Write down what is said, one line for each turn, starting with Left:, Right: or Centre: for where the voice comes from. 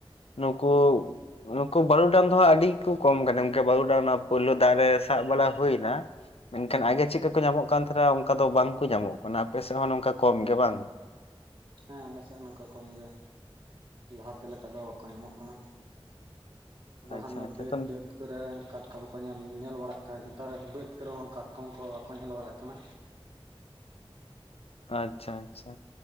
Left: ᱱᱩᱠᱩ ᱱᱩᱠᱩ ᱵᱟᱨᱩᱰᱟᱝ ᱫᱚ ᱦᱟᱜ ᱟᱹᱰᱤ ᱠᱚ ᱠᱚᱢ ᱠᱟᱱᱟ ᱜᱚᱝᱠᱮ ᱵᱟᱨᱩᱰᱟᱝ ᱱᱟᱯ ᱯᱩᱭᱞᱳ ᱫᱟᱜ ᱨᱮ ᱥᱟᱵ ᱵᱟᱲᱟ ᱦᱩᱭ ᱱᱟ ᱢᱮᱱᱠᱷᱟᱱ ᱟᱜᱮ ᱪᱮᱫᱠᱟ ᱠᱚ ᱧᱟᱢᱚᱜ ᱠᱟᱱ ᱛᱟᱦᱮᱱᱟ ᱚᱱᱠᱟ ᱫᱚ ᱵᱟᱝ ᱠᱚ ᱧᱟᱢᱚᱜ ᱠᱟᱱᱟ ᱟᱯᱮ ᱥᱮᱫ ᱦᱚᱸ ᱱᱚᱝᱠᱟ ᱠᱚᱢ ᱜᱮ ᱵᱟᱝ
Right: ᱦᱮᱸ ᱟᱞᱮ ᱥᱮᱫ ᱱᱚᱝᱠᱟ ᱠᱚᱢ ᱜᱮ ᱞᱟᱦᱟᱛᱮ ᱞᱮᱠᱟ ᱫᱚ ᱵᱟᱠᱚ ᱧᱟᱢᱚᱜ ᱠᱟᱱᱟ ᱵᱟᱠᱷᱟᱱ
Left: ᱟᱪᱪᱷᱟ
Right: ᱫᱚ
Left: ᱟᱪᱪᱷᱟ
Right: ᱵᱮᱫᱽ
Left: ᱛᱚ
Right: ᱫᱟᱹᱫ ᱠᱚᱨᱮ ᱠᱟᱴᱠᱚᱢ ᱠᱚ ᱧᱮᱞ ᱧᱮᱞ ᱵᱟᱲᱟᱜ ᱛᱟᱦᱮᱸᱫ ᱱᱮᱛᱟᱨ ᱵᱟᱹᱫᱽ ᱠᱚᱨᱮ ᱦᱚᱸ ᱠᱟᱴᱠᱚᱢ ᱠᱚ ᱵᱟᱠᱚ ᱧᱮᱞ ᱵᱟᱲᱟᱜ ᱠᱟᱱᱟ
Left: ᱳ ᱟᱪᱪᱷᱟ ᱟᱪᱪᱷᱟ